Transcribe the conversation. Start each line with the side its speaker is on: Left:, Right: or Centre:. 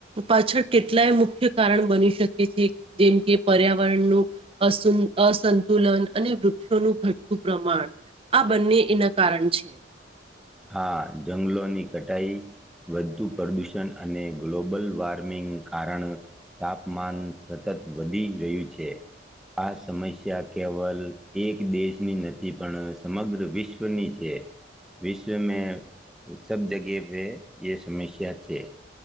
Right: પાછળ કેટલાય મુખ્ય કારણ બની શકે છે જેમ કે પર્યાવરણનું અસુ અસંતુલન અને વૃક્ષોનું ઘટતું પ્રમાણ. આ બંને એના કારણ છે.
Centre: હા જંગલોની કટાઈ વધતું પ્રદૂષણ અને ગ્લોબલ વોર્મિંગ કારણ તાપમાન સતત વધી રહ્યુ છે. આ સમસ્યા કેવલ એક દેશની નથી પણ સમગ્ર વિશ્વની છે. વિશ્વમે સબ જગે પે યે સમસ્યા છે.